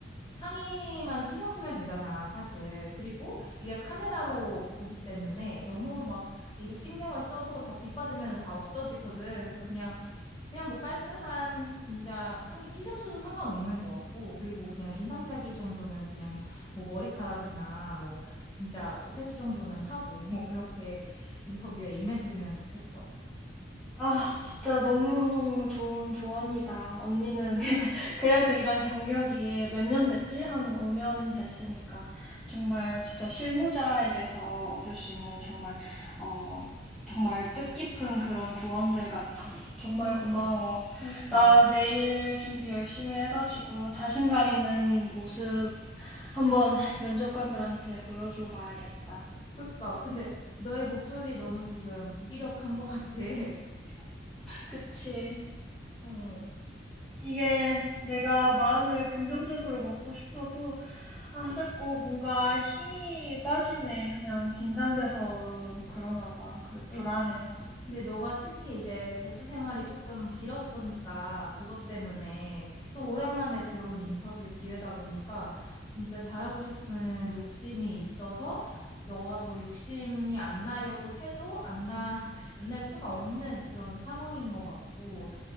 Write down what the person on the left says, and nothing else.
상의만 신경 쓰면 되잖아, 사실. 그리고 이게 카메라로 보기 때문에 너무 막 이거 신경을 써도 다 빗받으면 다 없어지거든. 그래서 그냥 그냥 뭐 깔끔한 진짜 상의 티셔츠도 상관없는 것 같고, 그리고 그냥 인상착의 정도는 그냥 뭐 머리카락이나 뭐 진짜 뭐 세수 정도는 하고, <laughs> 그렇게 인터뷰에 임했으면 좋겠어.
그니까,
그니까,
그니까. 근데 너의 목소리 너무 지금 무기력한 것 같아. <laughs>
어,
어, 근데 너가 특히 이제 백수 생활이 조금 길었으니까 그것 때문에 또 오랜만에 들어온 인터뷰 기회다 보니까 진짜 잘하고 싶은 욕심이 있어서 너가 더 욕심이 안 나려고 해도 안 나, <laughs> 안 날 수가 없는 그런 상황인 것 같고